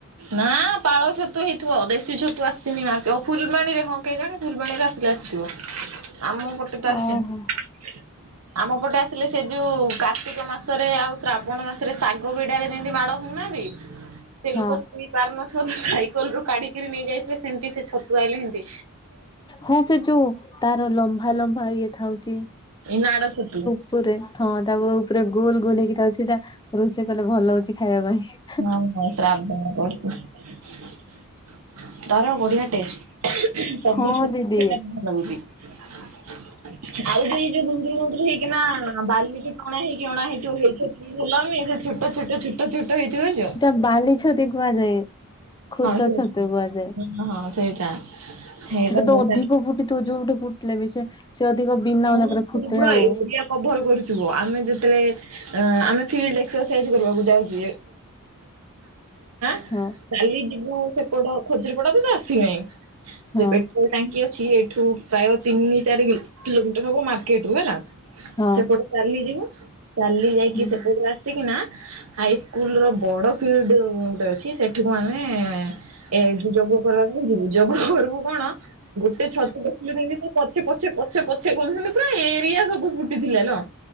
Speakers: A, on the right; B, on the left.
A: ନା ପାଳ ଛତୁ ହେଇଥିବ ଦେଶୀ ଛତୁ ଆସିନି ମାର୍କେ ଓ ଫୁଲବାଣୀରେ। କେ ଜାଣି ଫୁଲବାଣୀରେ ଆସିଲେ ଆସିଥିବ ଆମ ପଟେ ତ ଆସିନ
B: ଓହୋ।
A: ଆମ ପଟେ ଆସିଲେ ସେ ଯୋଉ କାର୍ତ୍ତିକ ମାସରେ ଆଉ ଶ୍ରାବଣ ମାସରେ ଶାଗ ବିଡାରେ ଯେମିତି ମାଡ ହଉନାହାନ୍ତି। ସେ
B: ହଁ
A: ଲୋକ ଥୋଇ ପାରୁ ନ ଥିବ ସାଇକେଲରୁୁ କାଢିକିରି ନେଇ ଯାଇଥିବେ ସେମତି ସେ ଛତୁ ଆଇଲେ ଏମତି।
B: ହଁ ସେ ଯୋଉ ତାର ଲମ୍ଭା ଲମ୍ଭା ଇଏ ଥାଉଥି।
A: ଏଇ ନାଡ ଛତୁ।
B: ଉପରେ ହଁ ତାକୁ ଉପରେ ଗୋଲ ଗୋଲ ହେଇକି ତା ସେଟା ରୋଷେଇ କଲେ ଭଲ ହୋଉଚି ଖାଇବା ପାଇଁ।
A: ହଁ ହଁ ଶ୍ରାବଣ <unintelligible>
B: ହଁ ଦିଦି
A: <unintelligible> ଆଉ ବି ଏଇ ଯୋଉ ଗୁନ୍ଦୁରୁ ଗୁନ୍ଦୁରୁ ହେଇକି ନା ବାଲିିକି ଟଣା ହେଇକି ଅଣା ହେଇଥିବ ହେଇ ଛତ ଭଲନି ସେ ଛୋଟ ଛୋଟ ଛୋଟ ଛୋଟ ହେଇଥିବ ଯଉ
B: ସେଟା ବାଲି ଛତି କୁହାଯାଏ ଖୁଦ
A: ସେ
B: ଛତୁ କୁହାଯାଏ।
A: ହଁ ହଁ ସେଇଟା। ସେଇଟା
B: ସେଟ
A: ବଢିଆ
B: ତ ଅଧିକ ଫୁଟିଥିବ ଯୋଉଠି ଫୁଟିଲେ ବି ସେ ସେ ଅଧିକ ବିନା
A: ହଁ
B: ଜାକାରେ
A: ସେଟା
B: ଫୁଟେ
A: ପୁରା
B: ଆଉ।
A: ଏରିଆ କଭର କରୁଥିବ ଆମେ ଯେତେବେଳେ ଅ ଆମେ ଫିଲ୍ଡ ଏକ୍ସରସାଇଜ କରିବାକୁ ଚେ <inaudible>
B: ହଁ
A: କାଲି ଯିବୁ ସେପଟ ଖଜୁରୀପଡା ତ ସେ ଆସିନାହିଁ।
B: ହଁ
A: ସେ ଟେ ଟାଙ୍କି ଅଛି ଏଠୁ ପ୍ରାୟ ତିନି ଚାରି କିଲୋମିଟର ହବ ମାର୍କେଟ ରୁ ହେଲା
B: ହଁ।
A: ସେପଟେ ଚାଲିଯିବୁ ଚାଲି ଯାଇକି
B: ହୁଁ।
A: ସେପଟରେ ଆସ କିନା ହାଇସ୍କୁଲ ର ବଡ ଫିଲ୍ଡ ଗୋଟେ ଅଛି ସେଠିକୁ ଆମେ ଏ ଯୋଉ ଯୋଗ କରବାକୁ ଯିବୁ ଯୋଗ କରିବୁ କଣ ଗୋଟେ ଛତୁ ଦେଖିଲୁ ଯେମତି ପଛେ ପଛେ ପଛେ ପଛେ ଗଲୁ <unintelligible> ପୁରା ଏରିଆ ସବୁ ଫୁଟିଥିଲାଲ